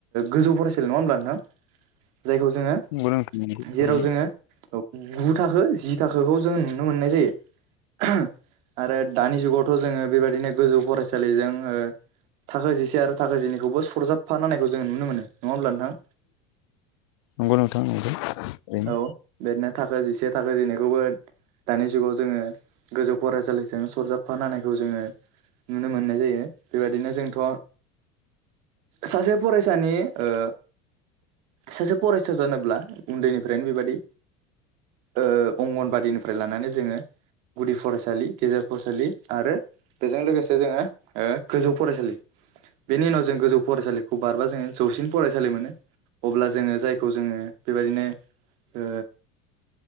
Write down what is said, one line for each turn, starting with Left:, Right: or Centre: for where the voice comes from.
Right: गोजौ फरायसालि नङा होमब्ला नोंथां? जायखौ जोङो
Left: नंगौ नोंथां नंगौ
Right: जेराव
Left: ओरैनो
Right: जोङो गु थाखो जि थाखोखौ जों नो मोननाय जायो आरो दानि जुगावथ' जोङो बेबायदिनो गोजौ फरायसालिजों ओ थाखो जिसे आरो थाखो जिनैखौबो सरजाबफा होननायखौ जो नुनो मोनो नङा होमब्ला नोंथां?
Left: नंगौ नोंथां ओरैनो
Right: औ बेदिनो थाखो जिसे थाखो जिनैखौबो दानि जुगाव जोङो गोजौ फरायसालिजों सरजाबफानायखौ जोङो नुनो मोननाय जायो बेबायदिनो जोंथ' सासे फरायसानि ओ सासे फरायसा जानोब्ला उन्दैनि फ्रायनो बेबायदि ओ अंगनबादिनिफ्राय लानानै जोङो गुदि फरायसालि गेजेर फरायसालि आरो। बेजों लोगोसे जोङो ओ गोजौ फरायसालि बेनि उनाव जों गोजौ फरायसालिखौ बारबा जोङो जौसिन फरायसालि मोनो अब्ला जोङो जायखौ जोङो बेबायदिनो ओ